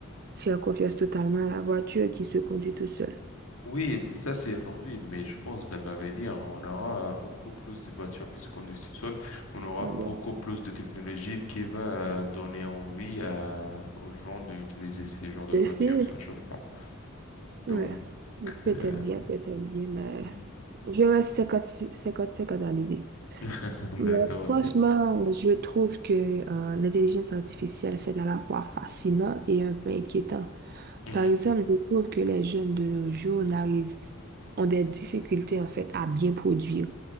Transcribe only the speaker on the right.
faire confiance totalement à la voiture qui se conduit tout seul.
Ouais,
bon.
Et c'est-
ouais. Peut-être
bien, peut-être bien, mais
je reste 50-50 à l'idée.
Mais
franchement,
je trouve que euh, l'intelligence artificielle, c'est à la fois fascinant et un peu inquiétant.
Par exemple, je trouve que les jeunes de nos jours n'arrivent, ont des difficultés en fait à bien produire.